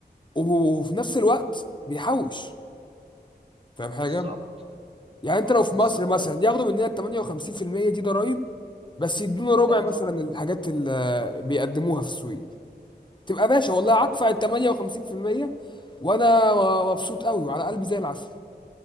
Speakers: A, on the left (about 25°); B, on the right (about 35°).
A: و- وفي نفس الوقت بيحوش فاهم حاجة
B: بالظبط
A: يعني انت
B: اه
A: لو في
B: بالظبط
A: مصر مثلا
B: أنا-
A: ياخدوا مننا ال 58% دي ضرائب بس يدونا ربع
B: لا
A: مثلا
B: طب
A: الحاجات اللي بيقدموها في السويد تبقى باشا
B: بالظبط
A: والله هدفع
B: انا
A: ال 58% وانا مبسوط قوي وعلى قلبي زي العسل